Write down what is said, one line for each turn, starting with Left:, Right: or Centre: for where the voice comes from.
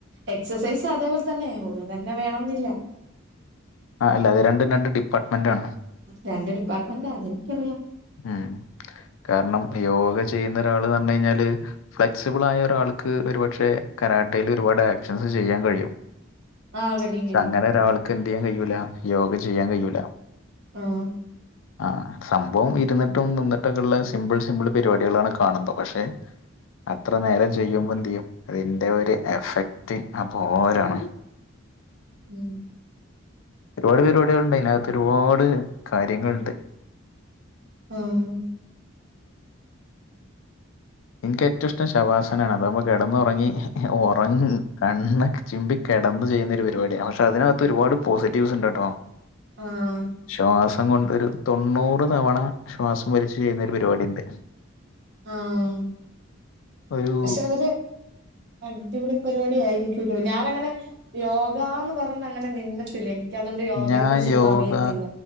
Right: എക്സസൈസ് അതേ പോലെ തന്നെ യോഗ തന്നെ വേണെന്നില്ല.
Left: ആ അല്ല അത് രണ്ടും രണ്ട് ഡിപ്പാർട്ട്മെന്റ് ആണ്.
Right: രണ്ട് ഡിപ്പാർട്ട്മെന്റാ അതെനിക്കറിയാ.
Left: ഉം കാരണം യോഗ ചെയ്യുന്നരാള് ന്നർഞ്ഞഴിഞ്ഞാല് ഫ്ലെക്സിബിൾ ആയ ഒരാൾക്ക് ഒരു പക്ഷെ കരാട്ടയിൽ ഒരുപാട് ആക്ഷൻസ് ചെയ്യാൻ കഴിയും.
Right: ആഹ് കഴിയും
Left: പക്ഷേ
Right: കഴിയും
Left: അങ്ങനൊരാൾക്ക് എന്ത് ചെയ്യാൻ കഴിയൂല യോഗ ചെയ്യാൻ കഴൂല.
Right: ആഹ്
Left: ആഹ് സം ഭവം ഇരുന്നിട്ടും നിന്നിട്ടൊക്കെള്ളെ സിംമ്പിൾ സിംമ്പിൾ പരിപാടികളാണ് കാണുമ്പോ പക്ഷെ അത്ര നേരം ചെയ്യുമ്പോ എന്ത്‌ ചെയ്യും അതിന്റെ ഒരു എഫക്റ്റ് അപാരാണ്.
Right: ഉം
Left: ഒരുപാട് പരിപാടികളുണ്ട് അയിനകത്ത് ഒരുപാട് കാര്യങ്ങള്ണ്ട്.
Right: ഉം
Left: ഇൻക്ക് ഏറ്റും ഇഷ്ടം ശവാസനാണ് അതാകുമ്പോ കെടന്നൊറങ്ങി ഒറങ് കണ്ണ ചിംമ്പി കെടന്ന് ചെയ്യുന്ന ഒരു പരിപാടിയാ പക്ഷേ അതിനകത്ത് ഒരുപാട് പോസിറ്റീവ്സ്ണ്ട്ട്ടോ
Right: ആഹ്
Left: ശ്വാസം കൊണ്ടൊരു തൊണ്ണൂറ് തവണ ശ്വാസം വലിച്ച് ചെയ്യുന്ന ഒരു പരിപാടിണ്ട്.
Right: ആഹ്
Left: ഒരു
Right: പക്ഷെ അവര് അടിപൊളി പരിപാടി ആയിരിക്കുവല്ലോ ഞാനങ്ങനെ യോഗാന്ന് പറഞ്ഞങ്ങനെ നിന്നി ത്തില്ല എനിക്ക് അതുകൊണ്ട് യോഗയെ
Left: ഞാൻ
Right: കുറിച്ചൊന്നും
Left: യോഗ
Right: അറിയത്തില്ല.